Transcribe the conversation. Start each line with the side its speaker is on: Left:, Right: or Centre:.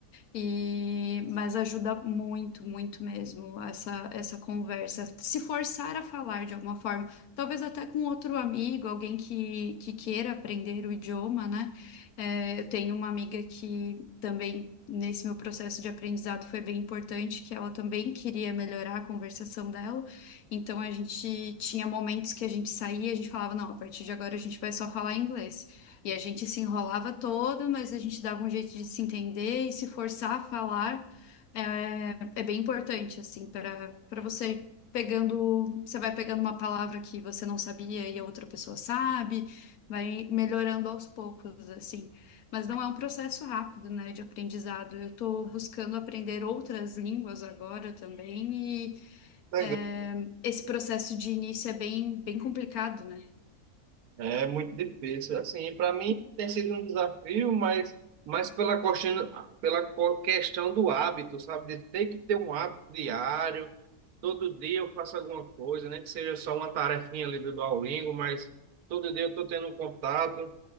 Left: E, mas ajuda muito, muito mesmo essa, essa conversa. Se forçar a falar de alguma forma, talvez até com outro amigo, alguém que, que queira aprender o idioma, né? É, eu tenho uma amiga que também, nesse meu processo de aprendizado, foi bem importante, que ela também queria melhorar a conversação dela. Então, a gente tinha momentos que a gente saía e a gente falava, não, a partir de agora a gente vai só falar inglês. E a gente se enrolava todo, mas a gente dava um jeito de se entender e se forçar a falar é, é bem importante, assim, para para você pegando, você vai pegando uma palavra que você não sabia e a outra pessoa sabe, vai melhorando aos poucos, assim. Mas não é um processo rápido, né, de aprendizado. Eu estou buscando aprender outras línguas agora também e
Right: É.
Left: é, esse processo de início é bem, bem complicado, né?
Right: É muito difícil. Assim, para mim tem sido um desafio, mas mais pela questão, pela co- questão do hábito, sabe? De ter que ter um hábito diário. Todo dia eu faço alguma coisa, nem que seja só uma tarefinha ali do Duolingo, mas todo dia eu estou tendo um contato